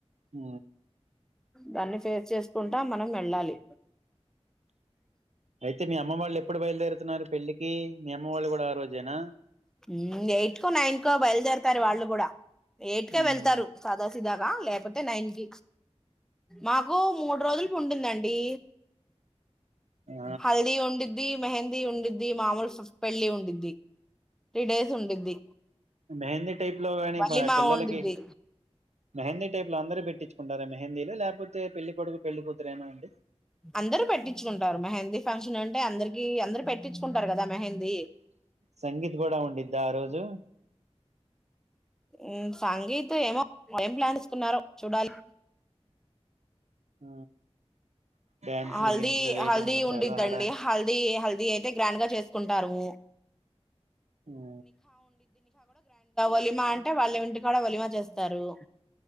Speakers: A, on the right; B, in the centre.
A: ఊ
B: దాన్ని ఫేస్ చేసుకుంటా మనం వెళ్ళాలి
A: అయితే మీ అమ్మ వాళ్ళు ఎప్పుడు బయలుదేరుతున్నారు పెళ్ళికి మీ అమ్మ వాళ్ళు కూడా ఆ రోజేనా
B: ఊ ఎయిట్ కు నైన్ కు బయలుదేరతారు వాళ్ళు కూడా ఎయిట్క
A: ఉమ్.
B: వెళ్తారు సదస్ ఇదాగా లేకపోతే నైన్ కి మాకు మూడు రోజులు పుంటుందండి
A: ఆ
B: హల్ది ఉండిద్ది మెహందీ ఉండిద్ది ది మామూలు ఫె పెళ్ళి ఉండిద్ది త్రీ డేస్ ఉండిద్ది
A: మెహందీ టైప్ లో కానీ
B: వలీమా
A: బ పిల్లలకి
B: ఉండిద్ది
A: మెహందీ టైప్ లో అందరూ పెట్టించుకుంటారా మెహందీలు లేకపోతే పెళ్లి కొడుకు పెళ్లి కూతురురేనా అండి
B: అందరు పెట్టించుకుంటారు మెహందీ ఫంక్షన్ అంటే అందరికి అందరు పెట్టించుకుంటారు కదా మెహందీ
A: సంగీత్ కూడా ఉండిద్దా ఆ రోజు
B: ఊ సంగీత్ ఏమో ఏం ప్లాన్ చేసుకున్నారో చూడాలి
A: ఆ డ్యాన్సులు
B: హల్దీ
A: గిన్సులు వేయటం
B: హల్దీ ఉడిద్దండి
A: చాలా హడా
B: హల్దీ హల్దీ అయితే గ్రాండ్ గా చేస్ ఉంటారు ఓ
A: ఆ
B: ఒలిమా అంటే వాళ్ళ ఇంటి కూడా ఒలిమా చేస్తారు